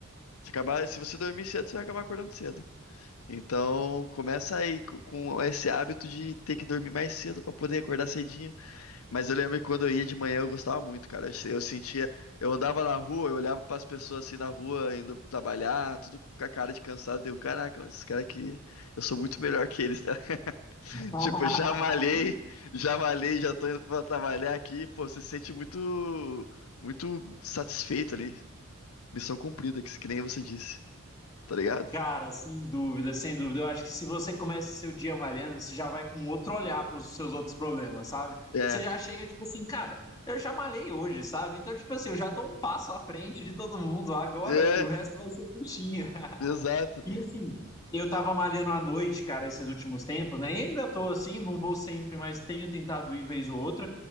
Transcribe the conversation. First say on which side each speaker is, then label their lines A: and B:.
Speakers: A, on the left (about 75°); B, on the left (about 15°).
A: Se acabar, se você dormir cedo, você vai acabar acordando cedo. Então, começa aí co- com esse hábito de ter que dormir mais cedo pra poder acordar cedinho. Mas eu lembro que quando eu ia de manhã eu gostava muito, cara. Eu, se- eu sentia, eu andava na rua, eu olhava pras pessoas assim na rua indo trabalhar, tudo com a cara de cansado. Deu, caraca, mas esses caras aqui, eu sou muito melhor que eles, tá? <laughs>
B: <laughs>
A: Tipo, já malhei, já malhei, já tô indo pra trabalhar aqui. Pô, você se sente muito, muito satisfeito ali. Missão cumprida, que que nem você disse, tá ligado?
B: Cara, sem dúvida, sem dúvida. Eu acho que se você começa seu dia malhando, você já vai com outro olhar para os seus outros problemas, sabe?
A: É,
B: Você já chega, tipo assim, cara, eu já malhei hoje, sabe? Então, tipo assim, eu já tô um passo à frente de todo mundo. Agora,
A: é,
B: filho, o resto vai ser puxinha. <laughs>
A: exato.
B: E assim, eu tava malhando à noite, cara, esses últimos tempos, né? E ainda tô assim, não vou sempre, mas tenho tentado ir vez ou outra.